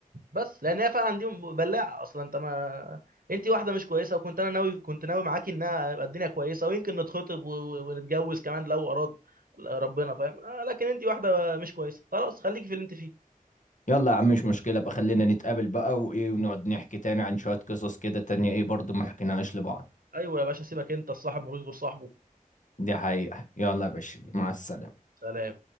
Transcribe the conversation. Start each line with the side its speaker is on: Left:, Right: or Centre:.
Right: بس لان هي فعلا دي بلاعه اصلا انت ما انت واحده مش كويسه وكنت انا ناوي كنت ناوي معاكي انها يبقى الدنيا كويسه ويمكن نتخطب و... و- ونتجوز كمان لو اراد ربنا فاهم آه، لكن انت واحده مش كويسه خلاص خليكي في اللي انت فيه
Left: يلا يا عم مش مشكله بقى خلينا نتقابل بقى وايه ونقعد نحكي تاني عن شويه قصص كده تانية ايه برضو ما حكيناهاش لبعض
Right: ايوه يا باشا سيبك انت الصاحب ملوش غير صاحبه
Left: دي حقيقه يلا
Right: حبيبي
Left: يا باشا مع السلامه
Right: سلام